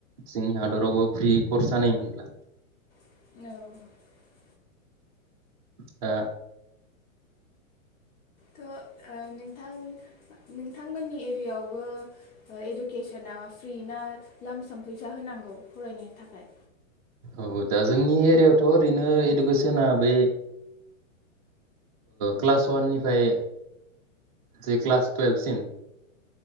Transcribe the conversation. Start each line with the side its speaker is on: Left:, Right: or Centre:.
Right: जोंनि हादरावबो फ्रि करस जानाय मोनब्ला।
Left: औ
Right: दा
Left: थ' नोंथां नोंथांमोननि एरियायावबो इडुकेसना फ्रि ना? लामसाम फैसा होनांगौ फरायनो थाखाय?
Right: औ दा जोंनि एरियाायावथ' ओरैनो इडुकेसना बै क्लास वाननिफ्राय जे क्लास टुवेल्भसिम